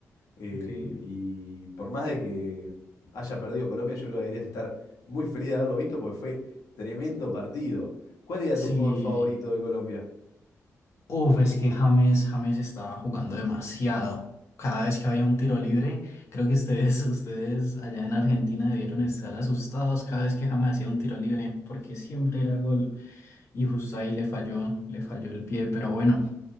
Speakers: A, on the left; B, on the left.
A: Eh,
B: ok.
A: y por más de que haya perdido Colombia, yo creo que deberías estar muy feliz de haberlo visto porque fue tremendo partido. ¿Cuál era
B: Sí.
A: tu jugador favorito de Colombia?
B: Uf, es que James, James estaba jugando demasiado. Cada vez que había un tiro libre, creo que ustedes, <laughs> ustedes allá en Argentina debieron estar asustados cada vez que James hacía un tiro libre, porque siempre era gol. Y justo ahí le falló, le falló el pie. Pero bueno,